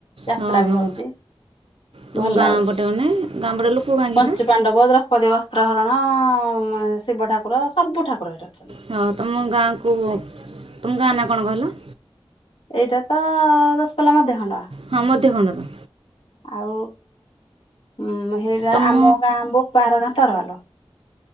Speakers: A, on the left (about 80°); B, on the right (about 90°).
A: ଯାତ୍ରା
B: ହଁ
A: ବି
B: ହଁ।
A: ହଉଚି
B: ତୁମ
A: ଭଲ
B: ଗାଁ
A: ଲା
B: ପଟେ ମାନେ ଗାଁ ପଟେ ଲୋକ କାହିଁକି
A: ପଞ୍ଚୁ
B: ନା
A: ପାଣ୍ଡବ ଦ୍ରୌପଦୀ ବସ୍ତ୍ର ହରଣ ହଁ ଶିବ ଠାକୁର ସବୁ ଠାକୁର ହେଠେ।
B: ହଁ ତମ ଗାଁକୁ ତମ ଗାଁ ନାଁ କଣ କହିଲ।
A: ଏଇଟା ତ ଦଶପଲ୍ଲା ମଧ୍ୟଖଣ୍ଡ।
B: ହଁ ମଧ୍ୟଖଣ୍ଡ ନାଁ?
A: ଆଉ ଉଁ ହେଇଟା
B: ତମ
A: ଆମ ଗାଁ ବୋ ପାରଗାଁ ତରୁଆଲ।